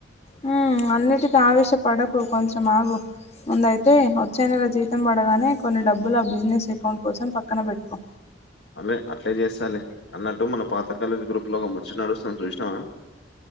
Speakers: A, on the left; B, on the left.
A: హు అన్నిటికీ ఆవేశపడకు కొంచెం ఆగు ముందైతే వచ్చే నెల జీవితం పడగానే కొన్ని డబ్బులు ఆ బిజినెస్ అకౌంట్ కోసం పక్కన పెట్టుకో
B: అవే అట్లే చేస్తాలే అన్నట్టు మన పాత కాలేజ్ గ్రూప్ పూలో ఒక ముచ్చటనడుస్తుంది చూసినవా